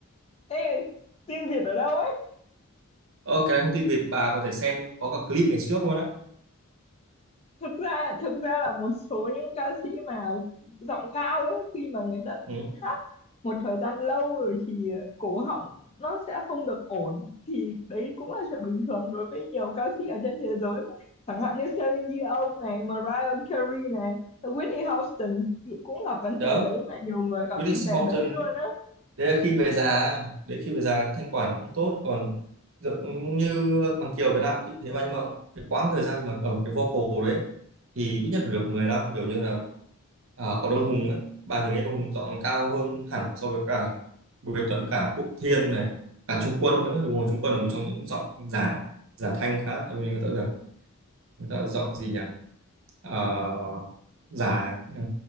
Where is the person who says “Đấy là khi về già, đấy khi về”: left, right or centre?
Right